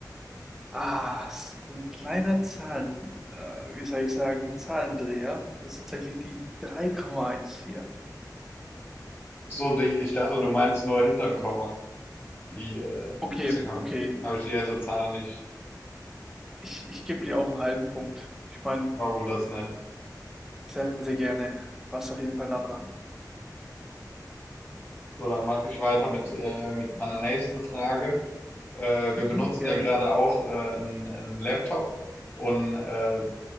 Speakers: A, in the centre; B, on the left.
A: Ah, es ist so ein kleiner Zahlen, äh, wie soll ich sagen, Zahlendreher. Das ist tatsächlich die 3,14.
B: Ach So, die, ich dachte, du meinst nur hinterm Komma. Die, äh,
A: Okay,
B: deswegen habe
A: okay.
B: ich, hab ich die erste Zahl nicht.
A: Ich, ich gebe dir auch einen halben Punkt. Ich meine,
B: Aber gut, das ist nett.
A: sehr, sehr gerne. Warst auf jeden Fall nah dran.
B: So, dann mache ich weiter mit, äh, mit meiner nächsten Frage. Äh, wir
A: Mhm,
B: benutzen
A: gerne.
B: ja gerade auch äh, einen, einen Laptop und äh,